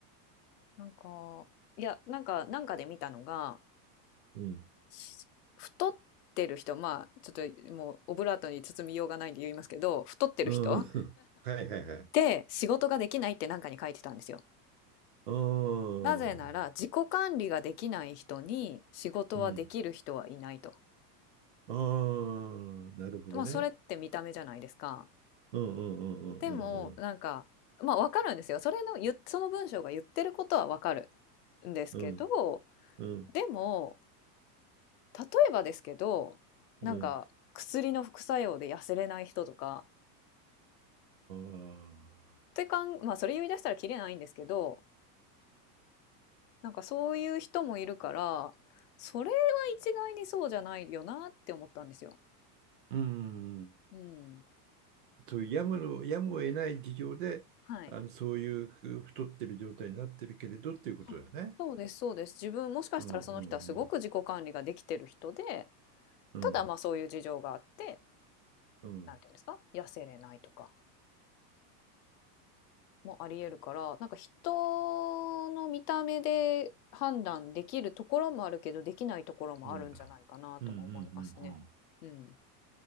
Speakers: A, on the left; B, on the right.
A: なんか、いや、なんか、なんかで見たのが、
B: うん。
A: し太ってる人、まあ、ちょっともうオブラートに包みようがないんで言いますけど、太ってる人うんっ
B: うん。<laughs> はいはいはい。
A: て仕事ができないってなんかに書いてたんですよ。
B: うん。
A: なぜなら、
B: う
A: 自己管理ができない人に仕事はできる人はいないと。
B: ん。ああ、なるほどね。
A: まあ、それって見た目じゃないですか。
B: うんうんうんうん
A: でも、なんか、まあ、わかるんですよ。それの言っ、その文章が言ってることはわかるんですけど、
B: うんうんうん
A: でも、例えばですけど、なんか薬の副作用で痩せれない人とか、
B: うんうん。ああ。
A: ってかん、まあそれ言い出したらキリないんですけど、なんかそういう人もいるから、それは一概にそうじゃないよなって思ったんですよ。
B: うん。
A: うん。
B: そういうやむの、やむを得ない事情で、
A: はい。
B: あの、そういうふ太ってる状態になってるけれどっていうことだね。
A: <laughs> あそうです、そうです。自分もしかしたらその人はすごく自己管理ができてる人で、
B: うんうんうんうん
A: ただまあそういう事情があって、
B: うん
A: なんていうんですか、痩せれないとか。もありえるからなんか人の見た目で判断できるところもあるけどできないところもあるんじゃないかなとも思いますね。
B: うんうんうんうんうんうん。
A: うん、